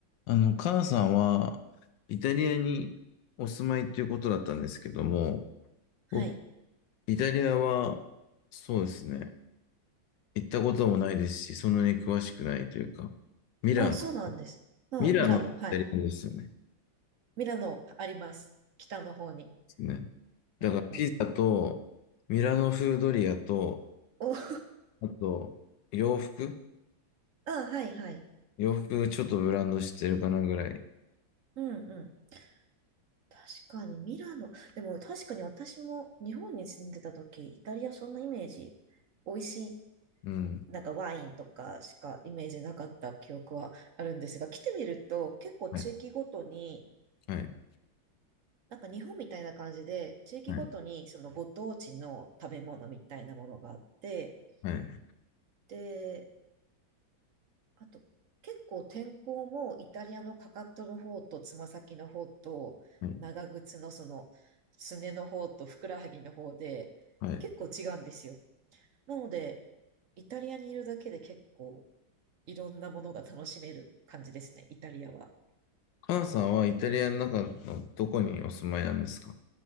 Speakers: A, on the left; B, on the right.
A: あの、カナさんは、イタリアにお住まいということだったんですけども、
B: はい。
A: 僕、イタリアは、そうですね、行ったこともないですし、そんなに詳しくないというか、ミラノ、
B: あ、そうなんです。うん、
A: ミラノってイタリアですよね。
B: ミラノ、はい。
A: で
B: ミラノあります。北の方に。
A: すね。だから、
B: うんうん。
A: ピザと、ミラノ風ドリアと、
B: お <laughs>
A: あと、洋服
B: あ、はいはい。
A: 洋服ちょっとブランド知ってるかなぐらい。
B: うんうん。確かにミラノ。でも確かに私も日本に住んでた時、イタリアそんなイメージ、美味しい、
A: うん。
B: なんかワインとかしかイメージなかった記憶はあるんですが、来てみると結構地域ごとに、
A: はい。はい。
B: なんか日本みたいな感じで、地域ごとにそのご当地の食べ物みたいなものがあって、
A: はい。はい。
B: で、あと、結構天候もイタリアのかかとの方とつま先の方と長靴のそのすねの方とふくらはぎの方で結構違うんですよ。
A: はい。はい。
B: なので、イタリアにいるだけで結構いろんなものが楽しめる感じですね、イタリアは。
A: 母さんはイタリアの中のどこにお住まいなんですか